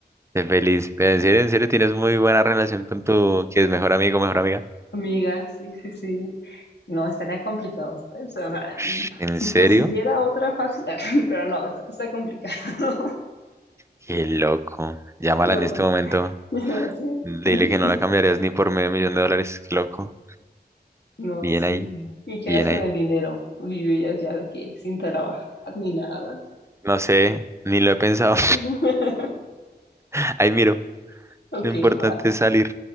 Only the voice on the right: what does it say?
sé feliz. Pero en serio, en serio, tienes muy buena relación con tu, que es mejor amigo, mejor amiga.
Ush, ¿en
serio?
Qué loco. Llámala
en este momento.
Dile que no la cambiarías ni por medio millón de dólares. Qué loco.
Bien
ahí,
bien
ahí.
No sé, ni lo he pensado.
<laughs> Ahí miro.
Lo importante
es salir,